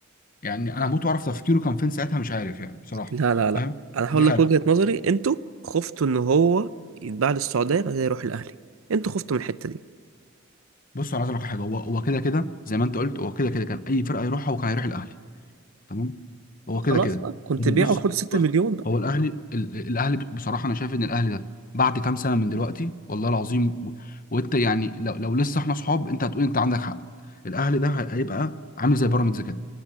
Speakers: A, on the left (about 45°); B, on the right (about 85°).
A: يعني انا هموت واعرف تفكيره كان فين ساعتها مش عارف يعني بصراحه
B: لا لا لا
A: فاهم
B: انا هقول
A: دي حاجه
B: لك وجهة نظري انتوا خفتوا ان هو يتباع للسعودية بعد كده يروح الاهلي انتوا خفتوا من الحتة دي
A: بص انا عايز اقول لك على حاجه هو هو كده كده زي ما انت قلت هو كده كده كان اي فرقه يروحها هو كان هيروح الاهلي تمام هو كده
B: خلاص
A: كده
B: بقى كنت
A: ودي-
B: بيعه
A: بص
B: وخد ستة
A: بص
B: مليون بقى
A: هو الاهلي ال- الاهلي بصراحه انا شايف ان الاهلي ده بعد كام سنه من دلوقتي والله العظيم و- وانت يعني لو, لو لسه احنا اصحاب انت هتقول انت عندك حق الاهلي ده هي- هيبقى عامل زي بيراميدز كده